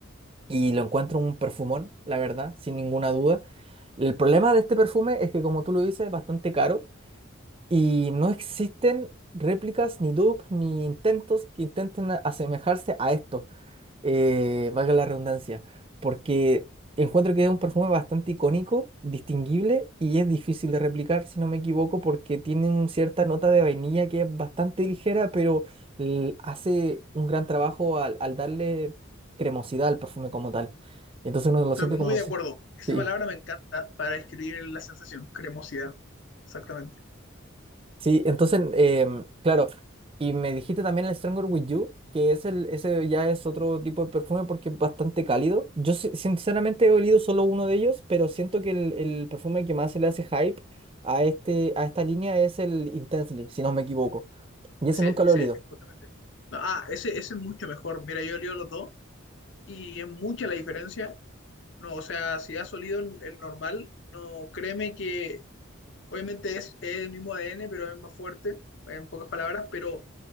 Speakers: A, on the right; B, on the left.
A: y lo encuentro un perfumón, la verdad, sin ninguna duda. El problema de este perfume es que, como tú lo dices, es bastante caro y no existen réplicas, ni dupes, ni intentos que intenten a- asemejarse a esto eh, valga la redundancia, porque encuentro que es un perfume bastante icónico, distinguible y es difícil de replicar, si no me equivoco, porque tiene una cierta nota de vainilla que es bastante ligera, pero l- hace un gran trabajo al, al darle cremosidad al perfume como tal. Entonces uno lo
B: Estoy
A: siente como...
B: muy de
A: si-
B: acuerdo. Esa
A: Sí,
B: palabra me encanta para describir la sensación, cremosidad. Exactamente.
A: Sí, entonces, em, claro, y me dijiste también el Stronger With You, que es el, ese ya es otro tipo de perfume porque es bastante cálido. Yo si- sinceramente he olido solo uno de ellos, pero siento que el, el perfume que más se le hace hype a, este, a esta línea es el Intensely, si no me equivoco. Y ese
B: Sí,
A: nunca lo
B: sí,
A: he olido.
B: justamente. No, ah, ese, ese es mucho mejor. Mira, yo leo los dos y es mucha la diferencia. No, o sea, si has olido el, el normal, no, créeme que obviamente es, es el mismo ADN, pero es más fuerte, en pocas palabras, pero